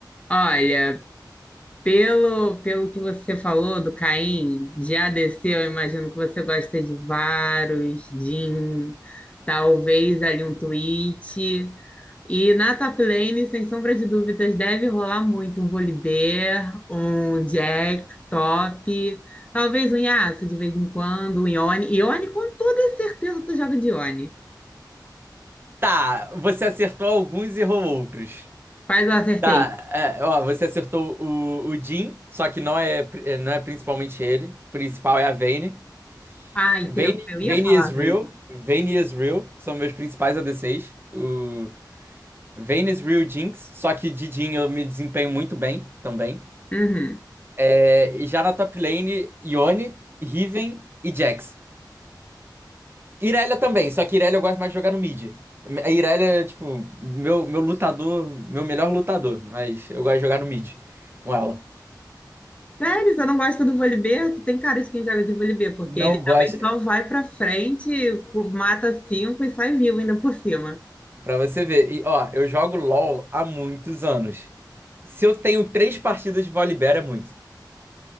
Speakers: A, on the left; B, on the right.
A: Olha, Pelo, pelo que você falou do Caim, de A D C eu imagino que você gosta de Varus, Jhin, talvez ali um Twitch. E na top lane, sem sombra de dúvidas, deve rolar muito um Volibear, um Jax top, talvez um Yasuo de vez em quando, um Yone. Yone, com toda certeza, tu joga de Yone.
B: Tá, você acertou alguns e errou outros.
A: Quais eu acertei?
B: Tá, é, ó, você acertou o, o Jin, só que não é, pri- é, não é principalmente ele. O principal é a Vayne.
A: Ai,
B: Vayne,
A: teu, eu ia
B: Vayne
A: falar,
B: is real,
A: velho.
B: Vayne is real, são meus principais ADCs. O Vayne is real Jinx, só que de Jin eu me desempenho muito bem também.
A: Uhum.
B: É, e já na top lane, Yone, Riven e Jax. Irelia também, só que Irelia eu gosto mais de jogar no mid. A Irelia é, tipo, meu, meu lutador, meu melhor lutador, mas eu gosto de jogar no mid com ela.
A: Sério, você não gosta do vôlei Tu tem cara de quem joga de vôlei porque
B: Não
A: ele
B: gosto.
A: também só vai pra frente, cu- mata cinco e sai vivo ainda por cima.
B: Pra você ver. E, ó, eu jogo LOL há muitos anos. Se eu tenho três partidas de Volibear, é muito.